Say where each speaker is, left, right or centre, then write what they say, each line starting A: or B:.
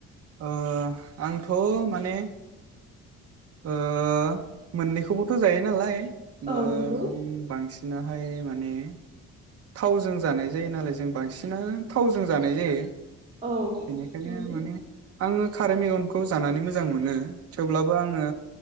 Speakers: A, on the right; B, on the right.
A: ओ आंथ' माने ओ मोननैखौबोथ' जायो नालाय बांसिन
B: औ नंगौ
A: बिदिनाहाय माने थावजों जानाय जायो नालाय जों बांसिनानो थावजों जानाय जायो
B: औ
A: बेनिखायनो
B: नंगौ
A: माने आङो खारै मेगंखौ जानानै मोजां मोनो थेवब्लाबो आङो